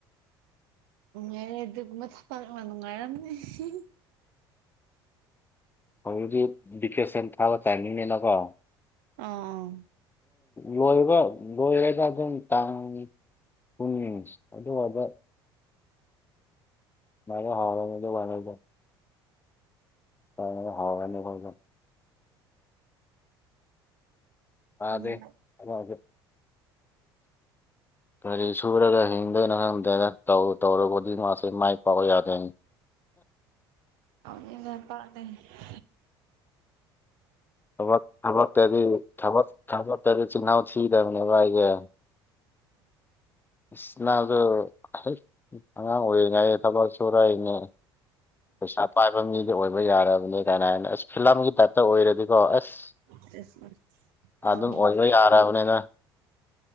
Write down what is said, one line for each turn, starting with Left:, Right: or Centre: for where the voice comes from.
Right: ꯌꯥꯔꯦ ꯑꯗꯨꯒꯨꯝꯕ ꯊꯕꯛ ꯑꯃ ꯅꯨꯡꯉꯥꯏꯔꯝꯅꯤ <unintelligible>
Left: ꯍꯧꯖꯤꯛꯇꯤ ꯚꯤꯀꯦꯁꯟ ꯊꯥꯕ ꯇꯥꯏꯃꯤꯡꯅꯤꯅꯀꯣ
Right: ꯑꯥꯡ
Left: ꯂꯣꯏꯕ ꯂꯣꯏꯦꯔꯗ ꯑꯗꯨꯝ ꯇꯥꯡ ꯄꯨ ꯑꯗꯨ ꯑꯣꯏꯕ ꯃꯥꯔ ꯍꯥꯔ ꯃꯗ ꯋꯥꯅꯗ <unintelligible> ꯍꯥꯎꯔꯅꯤ ꯑꯈꯣꯏꯁꯨ
Right: ꯑꯥ
Left: ꯗꯦ ꯑꯦ ꯀꯔꯤ ꯁꯨꯔꯒ ꯍꯤꯡꯗꯣꯏꯅꯣ ꯈꯪꯗꯅꯧ ꯇꯧꯔꯔꯕꯣꯗꯤ ꯃꯥꯁꯦ ꯃꯥꯏ ꯄꯥꯛꯄ ꯌꯥꯗꯣꯏꯅꯤ
Right: <unintelligible> ꯄꯥꯛꯅꯦ <unintelligible>
Left: ꯊꯕꯛ ꯊꯕꯛꯇꯗꯤ ꯊꯕꯛ ꯊꯕꯛꯇꯗꯤ ꯆꯤꯜꯍꯥꯎ ꯊꯤꯗꯕꯅꯦꯕ ꯑꯩꯁꯦ ꯏꯁ <unintelligible> ꯍꯩ ꯑꯉꯥꯡ ꯑꯣꯏꯔꯤꯉꯩꯗ ꯊꯕꯛ ꯁꯨꯔꯛꯏꯅꯤ ꯄꯩꯁꯥ ꯄꯥꯏꯕ ꯃꯤꯗꯤ ꯑꯣꯏꯕ ꯌꯥꯔꯕꯅꯦ <unintelligible> ꯑꯁ ꯐꯤꯂꯝꯒꯤ ꯇꯥꯏꯞꯇ ꯑꯣꯏꯔꯗꯤꯀꯣ ꯑꯁ
Right: <unintelligible> ꯇꯧꯔꯤꯁꯤꯗꯤ
Left: ꯑꯗꯨꯝ ꯑꯣꯏꯕ ꯌꯥꯔꯕꯅꯤꯗ